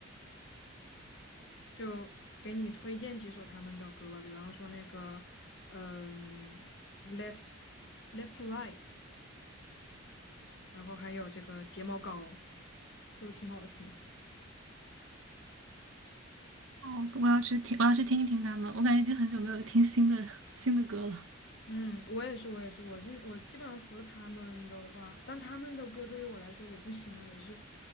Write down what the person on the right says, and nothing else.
哦，我要去听，我要去听一听他们。我感觉已经很久没有听新的新的歌了，